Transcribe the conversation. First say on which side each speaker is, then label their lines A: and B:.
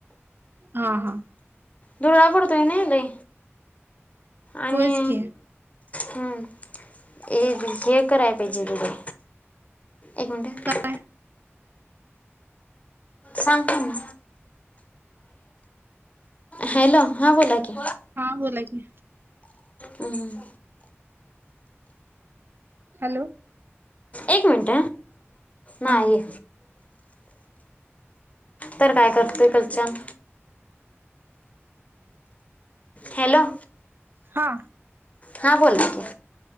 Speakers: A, on the right; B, on the left.
A: हा हा
B: धुरळा पडतोय. ना लय आणि
A: होयच की
B: हम् एक हे करायला पाहिजे तु थे एक मिनट
A: काय
B: सांगते मी हॅलो हा बोला कि,
A: हा बोला की,
B: हम्म
A: हॅलो
B: एक मिनट नाही
A: हा
B: तर काय करतोय कलच्यान हॅलो
A: हा
B: हा बोल की